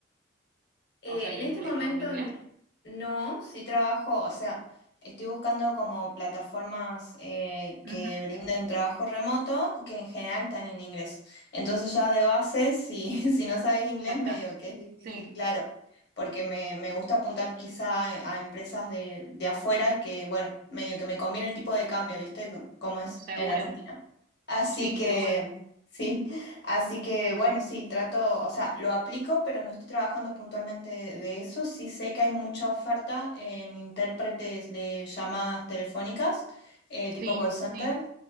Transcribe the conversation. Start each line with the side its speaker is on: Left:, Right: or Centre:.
Left: Eh,
Right: O sea, el
Left: en
Right: inglés,
Left: este momento
Right: con el inglés.
Left: n- no, sí trabajo, o sea, estoy buscando como plataformas eh, que
Right: Ujú,
Left: brinden trabajo remoto, que en general están en inglés. Entonces ya de base, si, <laughs> si no sabes inglés,
Right: ya está.
Left: medio que es difícil,
Right: Sí,
Left: claro, porque me, me gusta apuntar quizá a a empresas de, de afuera que, bueno, medio que me conviene el tipo de cambio, ¿viste? Como es
Right: seguro.
Left: en Argentina. Así
Right: Sí,
Left: que,
Right: seguro.
Left: sí, así que bueno, sí, trato, o sea, lo aplico, pero no estoy trabajando puntualmente de eso. Sí sé que hay mucha oferta en intérpretes de llamadas telefónicas, eh, tipo
Right: Sí,
Left: call center,
Right: sí.